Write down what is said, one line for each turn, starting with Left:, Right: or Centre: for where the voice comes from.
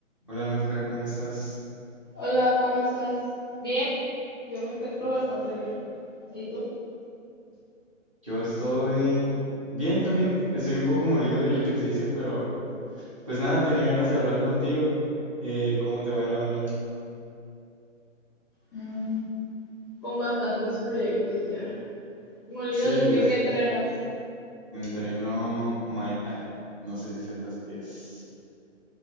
Right: Hola Nadja, ¿cómo estás?
Left: Hola, ¿cómo estás? Bien, yo me encuentro bastante bien. ¿Y tú?
Right: Yo estoy bien también. Estoy un poco molido del ejercicio, pero pues nada, tenía ganas de hablar contigo. Eh, ¿cómo te va en la uni?
Left: Mm, Con bastantes proyectos ya. ¿Molido
Right: Sí,
Left: de qué,
Right: es
Left: qué entrenas?
Right: entreno Muay Thai. No sé si sepas qué es.